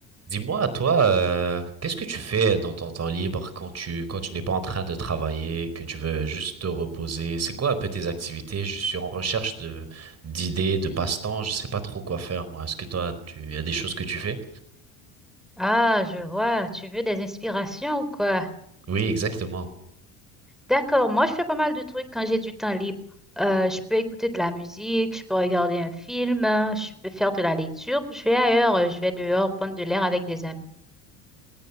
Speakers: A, on the right; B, in the centre.
A: Dis-moi, toi, euh, qu'est-ce que tu fais dans ton temps libre quand tu quand tu n'es pas en train de travailler, que tu veux juste te reposer? C'est quoi un peu tes activités? Je suis en recherche de d'idées, de passe-temps. Je sais pas trop quoi faire, moi. Est-ce que toi, tu y a des choses que tu fais?
B: Ah, je vois. Tu veux des inspirations ou quoi?
A: Oui, exactement.
B: D'accord. Moi, je fais pas mal de trucs quand j'ai du temps libre. Euh, je peux écouter de la musique, je peux regarder un film, hein, je peux faire de la lecture. Je vais ailleurs, euh, je vais dehors prendre de l'air avec des amis.